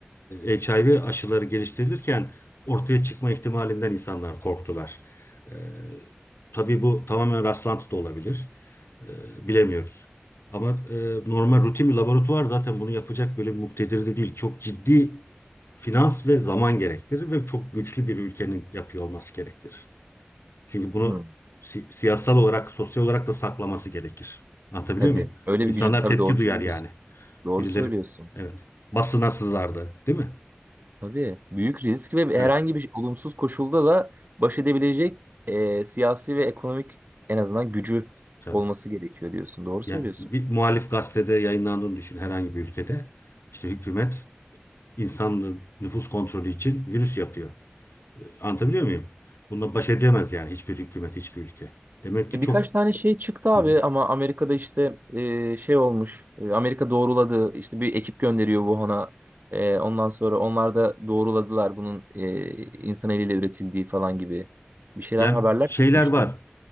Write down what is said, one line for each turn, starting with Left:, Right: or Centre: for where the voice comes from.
Left: e, HIV aşıları geliştirilirken ortaya çıkma ihtimalinden insanlar korktular. E, tabii bu tamamen rastlantı da olabilir. E, bilemiyoruz. Ama e, normal rutin bir laboratuvar zaten bunu yapacak böyle bir muktedir de değil. Çok ciddi finans ve zaman gerektirir ve çok güçlü bir ülkenin yapıyor olması gerektirir. Çünkü bunu
Right: Hı,
Left: si- siyasal olarak, sosyal olarak da saklaması gerekir. Anlatabiliyor
Right: tabii.
Left: muyum?
Right: Öyle
Left: İnsanlar
Right: bir gücü tabii
Left: tepki
Right: doğru
Left: duyar
Right: söylüyorsun.
Left: yani.
Right: Doğru
Left: Birileri
Right: söylüyorsun.
Left: evet basına sızardı değil mi?
Right: Tabii büyük risk ve
Left: Evet.
Right: herhangi bir olumsuz koşulda da baş edebilecek e, siyasi ve ekonomik en azından gücü
Left: Tabii.
Right: olması gerekiyor diyorsun. Doğru söylüyorsun.
Left: Yani bir muhalif gazetede yayınlandığını düşün herhangi bir ülkede. İşte hükümet insanlığın nüfus kontrolü için virüs yapıyor. E, Anlatabiliyor muyum? Bununla baş edemez yani hiçbir hükümet, hiçbir ülke. Demek ki
Right: E, birkaç
Left: çok
Right: tane şey çıktı abi
Left: Hı hı.
Right: ama Amerika'da işte e, şey olmuş. e, Amerika doğruladı. İşte bir ekip gönderiyor Wuhan'a. E, ondan sonra onlar da doğruladılar bunun e, insan eliyle üretildiği falan gibi bir şeyler
Left: yani
Right: haberler
Left: şeyler
Right: çıkmıştı.
Left: var.